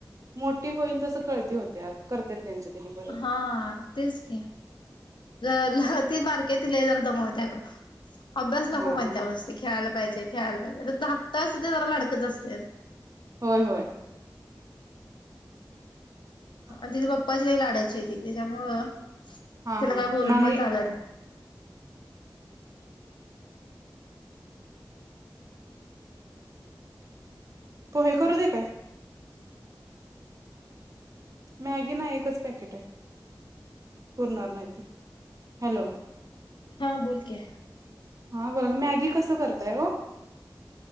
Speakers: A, on the right; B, on the left.
A: मोठी होईल तस कळती होत्यात करत्यात त्यांचं त्यांनी परत
B: हा तेच की जर ती बारकी ती लय जर दमवत अभ्यास नको
A: हा
B: महतय
A: हा
B: खेळायला खेळायला पाहिजे खेय धाकट अस तर जरा लाडकच असते
A: होय होय ह
B: आणि तिथ पप्पाच काही लाढायची होती त्याच्यामुळं
A: हा
B: तिला
A: हा
B: काय बोलून
A: नाही
B: पण चालत नाही
A: तो हे करू दे काय मॅगी ना एकच पॅकेट आहे पुरणार नाही ते हॅलो
B: हा बोल की
A: हा बघ मॅगी कसं करताय हो